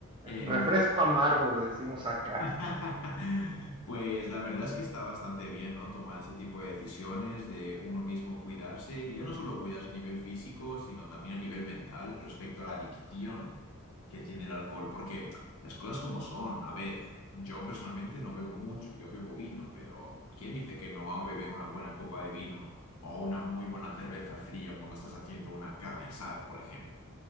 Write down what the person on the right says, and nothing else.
Refresco amargo, le decimos acá.